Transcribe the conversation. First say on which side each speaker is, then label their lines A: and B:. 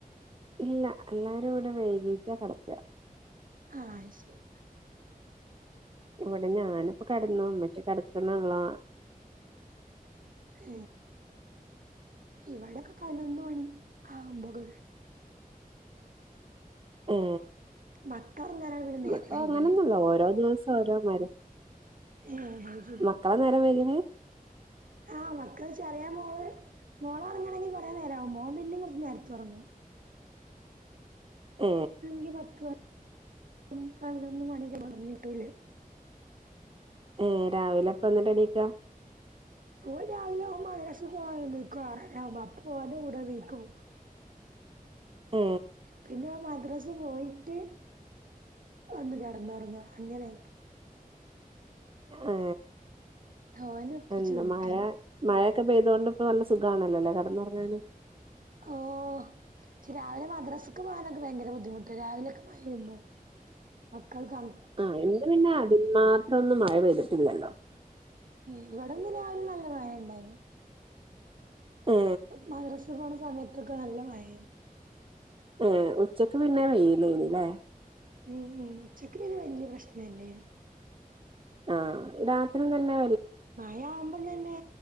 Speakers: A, on the right; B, on the right.
A: ഇല്ല എല്ലാവരുവിടെ വൈകീട്ടാ കെടക്ക
B: ആ അയ്ശരി
A: ഇവിടെ ഞാനിപ്പോ കെടന്നു മ്മച്ചി കിടക്ക്ന്നേയുള്ളൂ
B: ഏ ഇവിടെക്കെ പതിനൊന്ന്മണി ആുകുമ്പോ കെ
A: ഏ
B: മക്കളൊറങ്ങാനാണ് പിന്നെ
A: ഇവിടങ്ങനൊന്നില്ല
B: നേരം വൈകല്
A: ഓരോ ദിവസം ഓരോ മാതിരിയാ
B: ഏ അത് ശരി
A: എത്ര നേരം വൈകണ്
B: ആ മക്കൾ ചെറിയ മോള് മോളൊറങ്ങണെങ്കിൽ കുറേ നേരാവും മോൻ പിന്നെ കുറച്ച്നേരെത്തെഉറങ്ങും
A: ഏ
B: കി പത്ത് മണി പന്ത്രണ്ട്മണി ഉറങ്ങികിട്ടുല <unintelligible>
A: ഏ രാവിലെപ്പ എണീക്കാ
B: ഓൻ രാവിലെ ഓൻ മദ്രസ്സപോകാനെണീക്കും ആറരാകുമ്പോ അപ്പോ ഓന്റെ കൂടെണീക്കും
A: ഏ
B: പിന്നെ ഓൻ മദ്രസ്സെപോയിട്ട് വന്ന് കെടന്നൊങ്ങാ അങ്ങനെയായിക്ക്
A: ഏ
B: ഓനെ ഒപ്പിച്ച്
A: എന്ത്
B: നിക്കല്
A: മഴ മഴൊക്കെ പെയ്തോണ്ട് ഇപ്പോ നല്ല സുഖമാണല്ലോല്ലേ കിടന്നുറങ്ങാന്
B: ഓ ച് മദ്രസ്സക്ക് പോകാനൊക്കെ ഭയങ്കര ബുദ്ധിമുട്ടാ രാവിലെയൊക്കെ മഴ പെയ്യുമ്പോ മക്കൾഅണ്
A: ആ എന്റെ പിന്നെ അതിൽമാത്രൊന്നും മഴ പെയ്തിട്ടില്ലല്ലോ
B: ഇവിടെന്ന് രാവിലെ നല്ല മഴ ഉണ്ടായിന്
A: ഏ
B: മദ്രസ്സപോണ സമയത്തൊക്കെ നല്ല മഴയാണ്
A: ഏ ഉച്ചക്ക് പിന്നെ വെയിലേനില്ലേ
B: മ് മ് ഉച്ചക്ക് പിന്നെ വല്യയ പ്രശ്നെല്ലേ
A: ആഹ് രാത്രി നല്ലമയ
B: മായാവുമ്പം തന്നെ